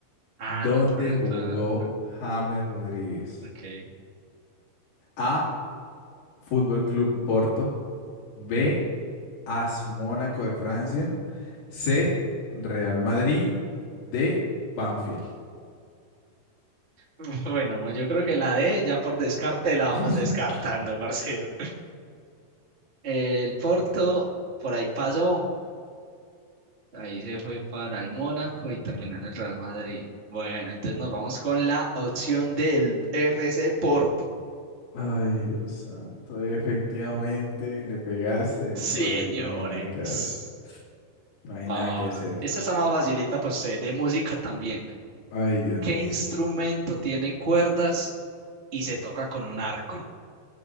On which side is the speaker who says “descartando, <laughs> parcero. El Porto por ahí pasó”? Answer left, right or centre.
Right